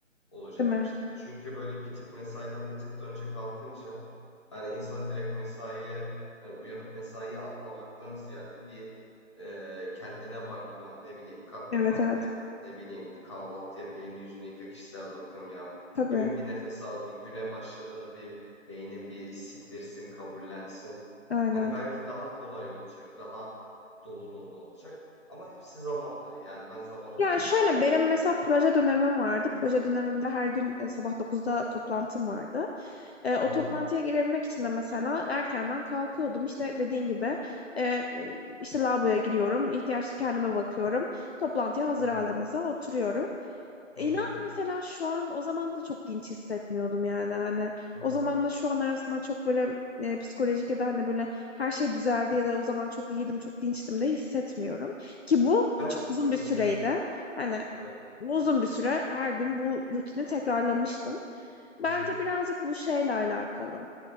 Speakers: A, on the left (about 25°); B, on the left (about 55°).
A: olacakmış
B: Değil mi?
A: gibi. Çünkü böyle bir tık mesaiden bir tık da önce kalkınca hani insan direkt mesaiye hani uyanıp mesaiye atlamaktan ziyade bir ee, kendine bakma, ne bileyim kalk
B: Evet
A: bir kahve
B: evet.
A: yap, ne bileyim bir kahvaltı yap, elini yüzünü yıka, kişisel bakım yap.
B: Tabii.
A: değil mi bir nefes al, bir güne başladığını bir beynin bir sindirsin, kabullensin.
B: Aynen.
A: Yani belki daha kolay olacak, daha dolu dolu olacak. Ama hepsi zamanla. Yani ben zamanla
B: Yani
A: olduğuna
B: şöyle
A: inanıyorum.
B: benim mesela proje dönemim vardı. Proje dönemimde her gün e, sabah dokuzda toplantım vardı. E, o
A: Hı hı,
B: toplantıya girebilmek için de mesela erkenden kalkıyordum. İşte dediğin gibi e, işte lavaboya giriyorum. ihtiyaçlı kendime bakıyorum. Toplantıya hazır
A: hı hı,
B: halde mesela oturuyorum.
A: hı
B: İnan
A: hı,
B: mesela şu an o zaman da çok dinç hissetmiyordum yani hani
A: hı
B: o zamanla şu an arasında çok böyle e, psikolojik ya da hani böyle her şey düzeldi ya da o zaman çok iyiydim çok dinçtim de hissetmiyorum ki bu
A: Ben...
B: çok uzun bir
A: Hı
B: süreydi
A: hı,
B: hani
A: evet.
B: uzun bir süre her gün bu rutini tekrarlamıştım. Bence
A: hı hı,
B: birazcık bu şeyle alakalı.